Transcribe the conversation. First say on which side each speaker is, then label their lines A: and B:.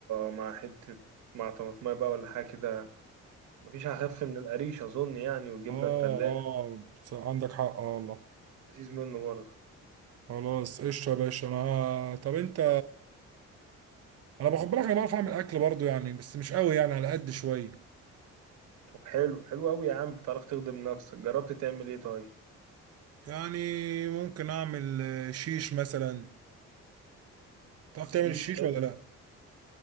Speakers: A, on the right; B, on the right.
A: مع حتة مع طماطمية بقى ولا حاجة كده مفيش أخف من القريش أظن يعني والجبنة
B: اه
A: التلاجة
B: اه بص- عندك حق اه والله
A: لذيذ منه برضه
B: خلاص قشطه يا باشا انا طب انت انا باخد بالك انا بعرف اعمل اكل برضه يعني بس مش قوي يعني على قد شويه
A: طب حلو حلو أوي يا عم بتعرف تخدم نفسك جربت تعمل إيه طيب؟
B: يعني ممكن اعمل آه، شيش مثلا تعرف
A: شيش
B: تعمل الشيش
A: حلو
B: ولا لا